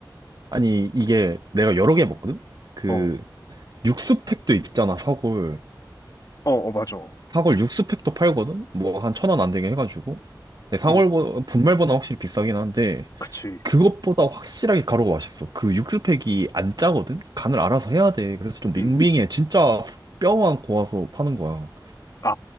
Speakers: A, on the right; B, on the left.
A: 아니 이게 내가 여러 개 먹거든. 그
B: 어, 어,
A: 육수팩도 있잖아 사골.
B: 어, 맞아.
A: 사골 육수팩도 팔거든. 뭐 한 천 원 안 되게 해가지고. 근데 사골보
B: 음,
A: 분말보다 확실히 비싸긴 한데.
B: 그치.
A: 그것보다 확실하게 가루가 맛있어. 그 육수팩이 안 짜거든? 간을 알아서 해야 돼. 그래서 좀 밍밍해.
B: 음.
A: 진짜 뼈만 고아서 파는 거야.
B: 아,